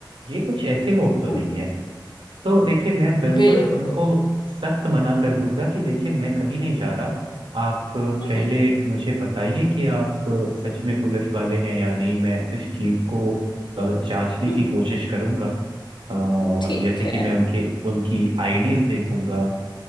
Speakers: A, on the right; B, on the left.
A: ये कुछ ऐसे लोग
B: हम्म
A: तो नहीं है तो देखिए मैं बिल्कुल
B: बिल्कुल
A: उनको सख्त मना कर दूंगा कि देखिए मैं कहीं नहीं जा रहा आप अ, पहले
B: हम्म
A: मुझे बताइए कि आप अ, सच में पुलिस वाले हैं या नहीं मैं इस चीज को अ, जांचने
B: हम्म
A: की कोशिश करूंगा अ,
B: ठीक
A: जैसे कि
B: है
A: मैं उनके उनकी आईडीज देखूंगा